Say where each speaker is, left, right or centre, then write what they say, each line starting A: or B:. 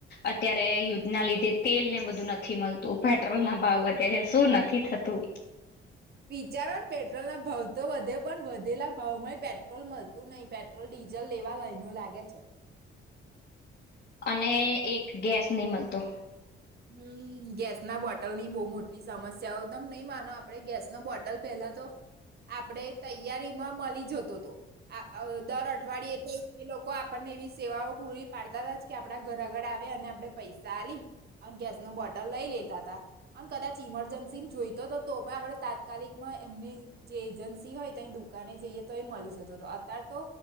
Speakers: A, on the left; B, on the right.
A: અત્યારે યુદ્ધના લીધે તેલ ને બધું નથી નથી મળતું પેટ્રોલ ના ભાવ વધ્યા છે શું નથી થતું
B: વિચારો બેઠ પેટ્રોલ ના ભાવ તો વધે પણ વધેલા ભાવ માં પેટ્રોલ મળતું નહી પેટ્રોલ ડીઝલ લેવા લાઈનો લાગે છે
A: અને એક ગેસ નહી મળતો
B: હમ ગેસ ના બોટલ ની બહુ મોટી સમસ્યાઓ તમે નહી માનો આપણે ગેસ ન બોટલ પેલા તો આપણેે તૈયારીમાં મળી જતો હતો આ દર અઠવાડિયે તો એ લોકો લોકો આપણને એવી સેવાઓ પૂરી પાડતા હતા જ કે આપણા ઘર આગળ આવે અને આપણે પૈસા આલી અને ગેસ ન બોટલ લઈ લેતા હતા અને કદાચ ઈમરજન્સી જોઈતો હતો તો પણ આપડે તાત્કાલિકમાં એમની જે એજન્સી હોય ત ડુ દુને જઈએ તો એ મળી જતો અત્યારે તો